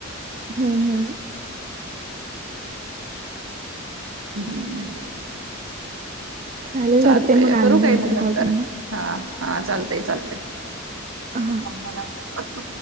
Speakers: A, on the right; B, on the right.
A: हम् हम्
B: हा <unintelligible> हम्म
A: चालेल
B: चालतय
A: करते मग आणि
B: करू काय मग नंतर
A: कॉल तुम्हाला
B: हा -हा- चालतय, चालतय
A: हा
B: मलात